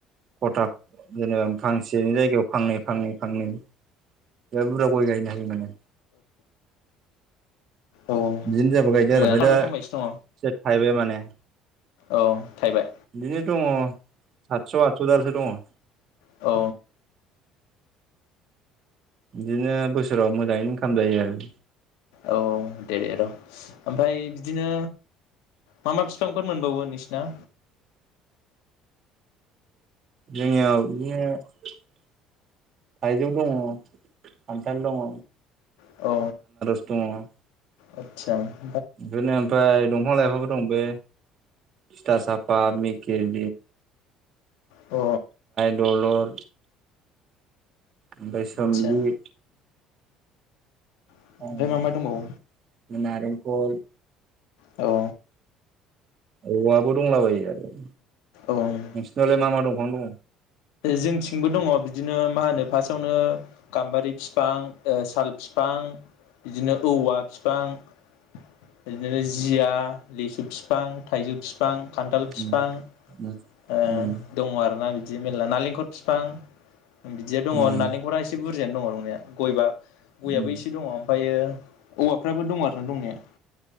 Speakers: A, on the right; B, on the left.
A: खथा जेनेबा फांसेनि जायगायाव फांनै फांनै फांनै जा बुरजा गय गायनो हायो माने।
B: औ
A: बिदिनो जाबो गायदो आरो
B: मोजाङानो
A: ओमफाय दा
B: लायफांबायसो
A: एसे
B: दङ
A: थाइबाय माने
B: औ थायबाय
A: बिदिनो दङ सातस' आतस' दालसो दङ।
B: औ।
A: बिदिनो बोसोराव मोजाङै इनकाम जायो आरो।
B: औ औ दे दे र' ओमफ्राय बिदिनो। मा मा बिफांफोर मोनबावगोन? नोंसिना?
A: जोंनियाव बिदिनो थाइजौ दङ खान्थाल दङ।
B: औ।
A: दङ'।
B: आदसा ।
A: बिदिनो ओफाय फां लायफांबो दं बे थिथासाफा मेकि <unintelligible>
B: अ।
A: दलर। ओमफाय
B: आदसा
A: सोमलि।
B: ओमफ्राय
A: अ
B: मा मा दंबावो
A: नारें। कल।
B: औ।
A: औवाबो दंलाबायो आरो।
B: औ औ।
A: नोङालाय मा मा दंफां दङ।
B: जोंथिंबो दङ बिदिनो मा होनो फार्स्टावनो गाम्बारि फिफां ओ साल फिफां बिदिनो औवा फिफां बिदिनो जिया लिसु फिफां थाइजौ फि फिफां खान्थाल फिफां
A: उम उम
B: ओ
A: उम
B: दङ आरोना बि मेरला नालेंखर फिफां बिदिया दङ
A: उम
B: नारेंखला एसे बुरजायानो दङ दंनाया गय बा गयाबो
A: उम
B: इसे दङ ओमफ्रायो औवाफ्राबो दं आरो ना दंनाया